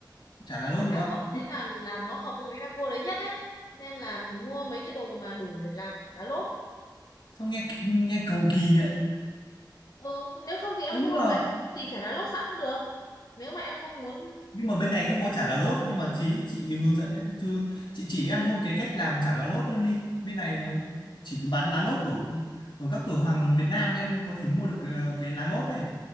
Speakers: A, on the left (about 80°); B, on the left (about 50°).
A: chả lá
B: chả
A: lốt nữa.
B: lá lốt đấy
A: Út,
B: là là nó hợp với cái bánh đa cua đấy nhất đấy nên là mua mấy cái đồ mà đủ để làm chả lá lốt
A: Sao nghe nghe cầu kỳ vậy?
B: Ừ, nếu không thì em
A: Ủa nhưng
B: mua
A: mà
B: cái thì chả lá lốt sẵn cũng được. Nếu mà em không muốn
A: nhưng mà
B: mua
A: bên này không có chả là lốt nhưng mà chị chị hướng dẫn em- thư chị chỉ em luôn cái cách làm chả là lốt luôn đi bên này nó chỉ bán lá lốt ở ở các cửa hàng Việt Nam em có thể mua được cái, cái lá lốt này